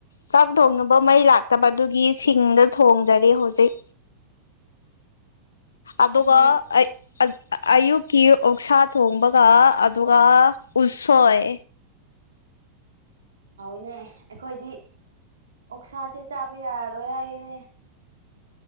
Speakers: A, on the left (about 70°); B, on the right (about 70°).
A: ꯆꯥꯛ ꯊꯣꯡꯅꯕ ꯃꯩ ꯂꯥꯛꯇꯕꯗꯨꯒꯤ ꯁꯤꯡꯗ ꯊꯣꯡꯖꯔꯦ ꯍꯧꯖꯤꯛ ꯑꯗꯨꯒ
B: ꯎꯈꯨꯟ
A: ꯑꯩ ꯑꯌꯨꯛꯀꯤ ꯑꯣꯛꯁꯥ ꯊꯣꯡꯕꯒ ꯑꯗꯨꯒ ꯎꯁꯣꯏ
B: ꯑ ꯍꯥꯎꯏꯅꯦ ꯑꯩꯈꯣꯏꯗꯤ ꯑꯣꯛꯁꯥꯁꯦ ꯆꯥꯕ ꯌꯥꯔꯣꯏ ꯍꯥꯌꯦꯅꯦ